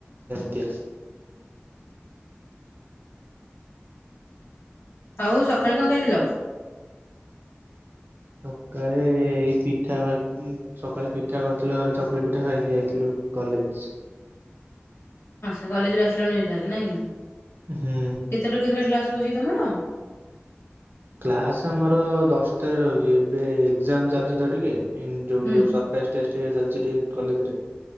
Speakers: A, on the right; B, on the left.
A: ବେସ୍
B: ଆଉ ସକାଳେ କଣ ଖାଇଥିଲ?
A: ସକାଳେ ଏଇ ପିଠା ସକାଳେ ପିଠା କରିଥିଲ ଘରେ ଚକୁଳି ପିଠା ଖାଇକି ଯାଇଥିଲି କଲେଜ୍।
B: ଆଚ୍ଛା କଲେଜରେ ଆସିଲା ନି ତାଲେ ନାଇଁ
A: ହୁଁ
B: କେତେଟାରୁ କେତେଟା କ୍ଲାସ୍ ରୋଜି ତମର
A: କ୍ଲାସ୍ ଆମର ଦଶଟାରେ ରହୁଛି ଏବେ ଏକ୍ ଯାମ୍ ଚାଲିଛି ତ ଟିକେ ଯୋଉ
B: ହୁଁ
A: ସତେଟେଷ୍ଟଇଚ ଚାଲିଛି ଟିକିଏ କଲେଜରେ